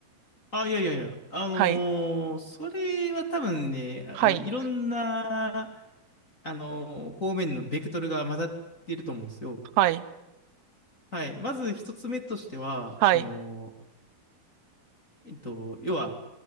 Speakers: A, on the left; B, on the right.
A: あ、いやいやいや、あのーそれは多分ね、
B: はい。はい。
A: あの、いろんな、あのー方面のベクトルが混ざっていると思うんですよ。
B: はい。
A: はい。まず一つ目としては、
B: はい。
A: その、えっと、要は、